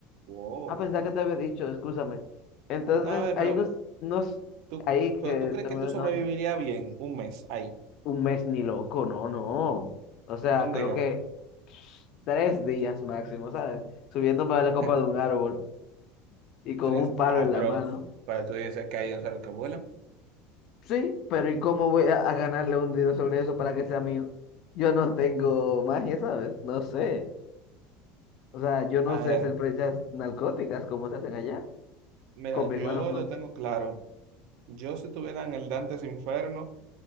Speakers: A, on the right (about 65°); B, on the left (about 50°).
A: wow.
B: Ah, pensaba que te había dicho, escúchame. Entonces,
A: No, a ver,
B: hay
A: pero
B: unos, unos
A: tú,
B: ahí que
A: pero tú crees
B: se
A: que
B: me olvidó
A: tú
B: el
A: sobrevivirías
B: nombre.
A: bien un mes ahí,
B: Un mes ni loco, no, no. O sea,
A: un
B: creo
A: día,
B: que tres días máximo, ¿sabes? Subiéndome a la copa
A: <laughs>
B: de un árbol y con
A: tres.
B: un palo
A: Ah,
B: en la
A: pero,
B: mano.
A: pero tú dices que hay dinosaurios que vuelan.
B: Sí, pero ¿y cómo voy a, a ganarle un dinero sobre eso para que sea mío? Yo no tengo magia, ¿sabes? No sé. O sea, yo no
A: A
B: sé
A: ver,
B: hacer flechas narcóticas como se hacen allá.
A: mira,
B: Con mis
A: yo
B: manos no.
A: lo tengo claro. Yo si estuviera en el Dantes Inferno,